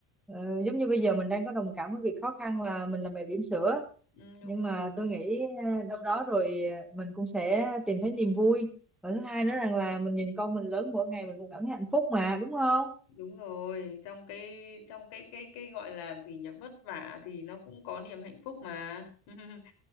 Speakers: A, in the centre; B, on the left.
A: Ờ, giống như bây giờ mình đang có đồng cảm với việc khó khăn là mình làm mẹ bỉm sữa
B: ừ, đúng
A: nhưng mà
B: rồi.
A: tôi nghĩ ờ, đâu đó rồi ờ, mình cũng sẽ tìm thấy niềm vui và thứ hai nữa rằng là mình nhìn con mình lớn mỗi ngày mình cũng cảm thấy hạnh phúc mà đúng không
B: đúng rồi trong cái trong cái cái cái gọi là gì nhỉ vất vả thì nó cũng có niềm hạnh phúc mà <laughs>